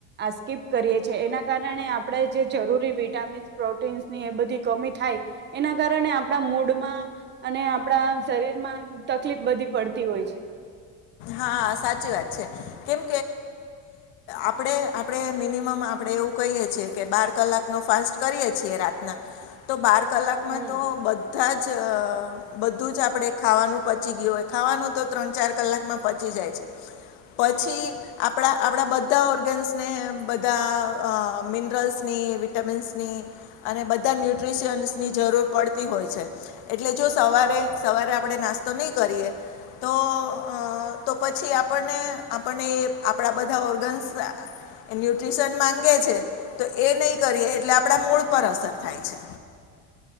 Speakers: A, on the right; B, on the left.
A: આ સ્કીપ કરીએ છીએ. એના કારણે આપડે જે જરૂરી વિટામિન્સ પ્રોટીન ની બધી કમી થાય એના કારણે આપડા મૂડમાં અને આપડા શરીરમાં તકલીફ બધી પડતી હોય છે.
B: હા સાચી વાત છે કેમ આપડે આપડે મિનિમમ આપડે એવું કહીએ છીએ કે બાર કલાકનો ફાસ્ટ કરીએ છીએ રાત્ર ના તો બાર કલાકમાં
A: હમ
B: તો બધા જ બધું જ આપડે ખાવાનું પચી ગયું હોય ખાવાનું તો ત્રણ ચાર કલાકમાં પચી જાય છે પછી આપડા આપડા બધા ઓર્ગેન્સને બધા અ મિનરલ્સની વિટામિન્સની અને બધ બધા ન્યુટ્રીશીયન્સની જરૂર પડતી હોય છે. એટલે જો સવારે સવારે આપડે નાસ્તો નહીં કર કરીએ તો તો પછી આપડને આપડને એ આપડા બધા ઓર્ગન્સ એ ન્યુટ્રીશન માંગે છે. તો એ નહી કરીએ એટલે આપડા મૂડ પર અસર થાય છે.